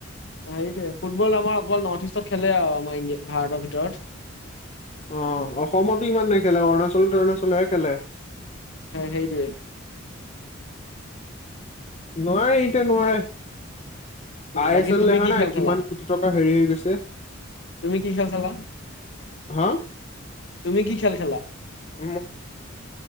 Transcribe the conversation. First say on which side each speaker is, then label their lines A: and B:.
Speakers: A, on the left; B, on the left.
A: সেইটোৱে ফুটবল আমাৰ অকল নৰ্থ ইষ্টত খেলে আও আমাৰ ইণ্ডিয়া, ভাৰতৰ ভিতৰত।
B: অ', অসমতো ইমান নেখেলে অৰুণাচল-তৰুণাচলতহে খেলে।
A: হয়, সেইটোৱেই।
B: নোৱাৰে, ইনতে নোৱাৰে। আই
A: বাকী
B: এছ এল
A: তুমি
B: দেখা
A: কি
B: নাই
A: খেল
B: কিমান
A: খেলা?
B: কোটি টকা হেৰি হৈ গৈছে।
A: তুমি কি খেল খেলা?
B: হা?
A: তুমি কি খেল খেলা?
B: উম,